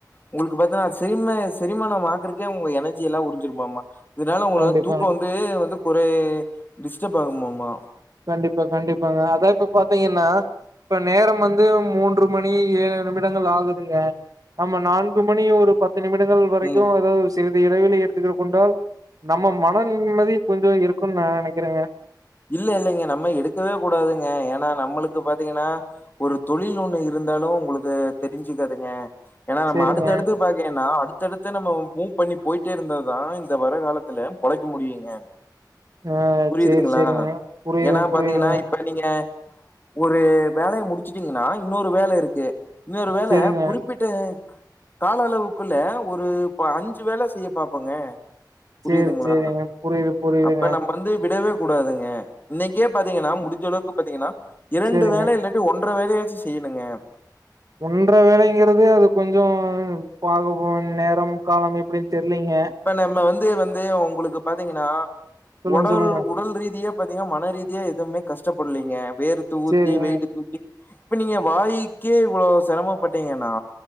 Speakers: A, on the left; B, on the right.
A: உங்களுக்கு பாத்தா செரிம செரிமானம்மாக்குறக்கே உங்க எனர்ஜி எல்லாம் உரிஞ்சிரும்மாம்மா இதனால உங்க
B: கண்டிப்பாங்க.
A: வந்து தூக்கம் வந்து இது வந்து ஒரே டிஸ்டப் ஆகுமம்மா
B: கண்டிப்பா கண்டிப்பாங்க அதா இப்ப பாத்தீங்கன்னா இப்ப நேரம் வந்து மூன்று மணி ஏழு நிமிடங்கள் ஆகுதுங்க ஆமா நான்கு மணி ஒரு பத்து நிமிடங்கள் வரைக்கு
A: ம்
B: ஏதாது சிறிது இடவெளி எடுத்துக்கு கொண்டால் நம்ம மன நிம்மதி கொஞ்ச இருக்குன்னு நா நனைக்கறேங்க
A: இல்ல இல்லங்க நம்ம எடுக்கவே கூடாதுங்க ஏன்னா நம்மளுக்கு பாத்தீங்கன்னா ஒரு தொழில் ஒண்ணு இருந்தாலும் உங்களுக்கு தெரிஞ்சுக்காதுங்க ஏனா நம்ம
B: சேரிங்க
A: அடுத்தடுத்து இருப்பாங்கென்னா அடுத்தடுத்து நம்ம மூவ் பண்ணி போயிட்டே இருந்ததுதா இந்த வர காலத்துல பொழைக்க முடியுங்க
B: ஆ
A: புரியுதுங்களா
B: சரி சரிங்க புரியுது
A: ஏன்னா
B: புரியுதுங்க
A: பாத்தீங்கன்னா இப்ப நீங்க ஒரு வேலயை முடிச்சுட்டீங்கன்னா இன்னொரு வேல இருக்கு இன்னொரு வேல
B: சேரிங்க
A: குறி ப்பிட்ட கால அளவுக்குள்ள ஒரு அஞ்சு வேல செய்ய பாப்போங்க புரிதுங்களா
B: சேரி சேரிங்க புரியுது புரியுதுங்க
A: அப்ப நம்ம வந்து விடவே கூடாதுங்க இன்னைக்கே பாத்தீங்கன்னா முடிஞ்சளவுக்கு பாத்தீங்கன்னா இரண்டு
B: சேரிங்க
A: வேலை இல்லாட் டி ஒன்ற வேலையாச்சு செய்யணுங்க
B: ஒன்ற வேலைங்கறது அது கொஞ்சோ பாக்கும் போது நேரம் காலம் எப்படின்னு தெரியலேங்க
A: இப்ப நம்ம வந்து வந்து உங்களுக்கு பாத்தீங்கன்னா
B: சொல்லுங்க
A: ஒடல்
B: சொல்லுங்க
A: உடல் ரீதியா பாத்தீங்கா மன ரீதியா எதுவுமே கஷ்டப்படலீங்க வேர்த்து ஊத்தி
B: சேரிங்க
A: வெயிட்டு தூக்கி இப்ப நீங்க வாயிக்கே இவ்வளோ சிரமப்பட்டீங்கன்னா